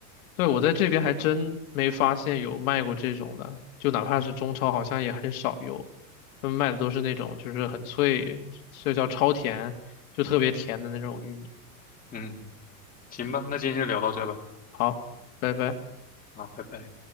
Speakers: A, on the left (about 60°); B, on the left (about 20°).
A: 对，我在这边还真没发现有卖过这种的，就哪怕是中超，好像也很少有。他们卖的都是那种就是很脆，就叫超甜，就特别甜的那种玉米。
B: 嗯，行吧，那今天就聊到这吧，
A: 好，拜拜。
B: 啊，拜拜。